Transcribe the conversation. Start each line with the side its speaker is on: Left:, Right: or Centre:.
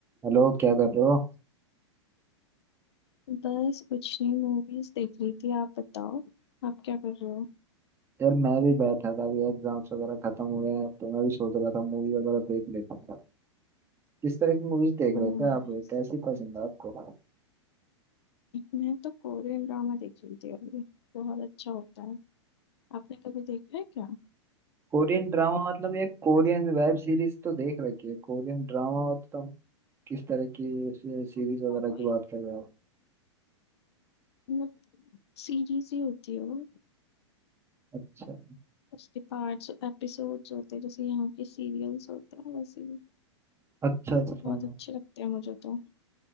Right: Hello क्या कर रहे हो
Left: बस कुछ नहीं मूवीज देख रही थी आप बताओ आप क्या कर रहे हो
Right: यार मैं भी बैठा था अभी एग्जाम्स वगैरह खत्म हुए हैं तो मैं भी सोच रहा था मूवी वगैरह देख लेता था किस तरह की मूवीज देख
Left: नाइस
Right: रहे थे आप कैसी पसंद है आपको
Left: मैं तो कोरियन ड्रामा देख रही थी अभी बहुत अच्छा होता है आपने कभी देखा है क्या
Right: कोरियन ड्रामा मतलब ये कोरियन वेब सीरीज तो देख रखी है कोरियन ड्रामा मतलब किस तरह की सीरीज
Left: मतलब
Right: वगैरह
Left: वही
Right: की बात कर रहे हो
Left: मतलब सीरीज ही होती है वो
Right: अच्छा
Left: उसके पार्ट्स एपिसोड्स होते हैं जैसे यहाँ के सीरियल्स होते हैं वैसे ही
Right: अच्छा अच्छा
Left: बहुत अच्छे लगते हैं मुझे तो